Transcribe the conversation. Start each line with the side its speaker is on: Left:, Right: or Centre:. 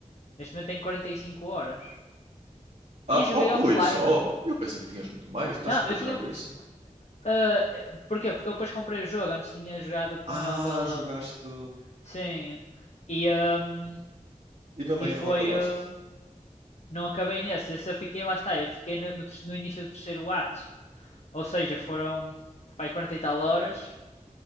Left: Neste momento tem 45 horas.
Right: Ah,
Left: E joguei
Right: oh,
Left: offline.
Right: ui, só? Eu pensei que tinhas muito mais. Tu
Left: Não,
Right: estás sempre
Left: eu
Right: a
Left: tinha,
Right: jogar isso?
Left: Ah, eh, porquê? Porque eu depois comprei o jogo, antes tinha jogado com
Right: Ah,
Left: ele.
Right: jogaste.
Left: hum, Sim. E, hum,
Right: E mesmo
Left: e
Right: aí
Left: foi.
Right: não acabaste?
Left: eh, Não acabei nesse. Esse eu fiquei lá está. Eu fiquei no, no no início do terceiro ato. Ou seja, foram pai 40 e tal horas